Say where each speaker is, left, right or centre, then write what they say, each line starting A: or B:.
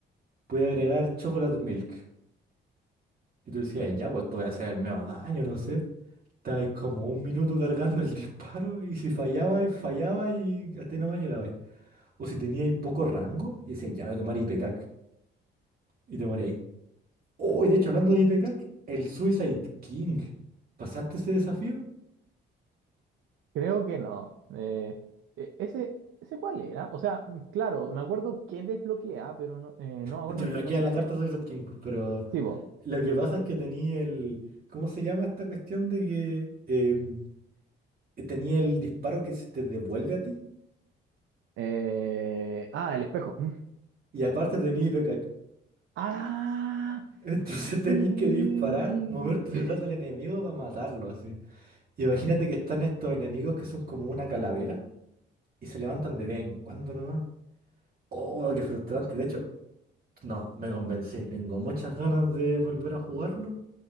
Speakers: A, on the right; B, on the right.
A: voy a agregar chocolate milk. Y tú decías, ya, pues te voy a hacer el medio daño, no sé. Estabas como un minuto cargando el <laughs> disparo y si fallaba y fallaba y hasta ahí nomás llegabais. O si teníais poco rango y decías, ya voy a tomar IPCAC y te moréis. Oh, y de hecho, hablando de IPCAC, el Suicide King. ¿Pasaste ese desafío?
B: creo que no. Eh, e- ese, ¿ese cuál era? O sea, mm, claro, me acuerdo que desbloqueaba, pero no, eh, no me acuerdo
A: Te bloquea
B: en qué consistía.
A: la carta Suicide King, pues, pero
B: Sí, po.
A: Lo que pasa es que tenía el. ¿Cómo se llama esta cuestión de que em, tenía el disparo que se te devuelve a ti?
B: Eh, ah, el espejo. Mm.
A: Y aparte tenía IPK.
B: ¡Ah!
A: <laughs> Entonces
B: Sí.
A: tenéis que disparar, moverte
B: <laughs>
A: detrás del enemigo para matarlo así. Imagínate que están estos enemigos que son como una calavera y se levantan de vez en cuando nomás. Oh, qué frustrante. De hecho, no, me convencí. Tengo muchas ganas de volver a jugarlo.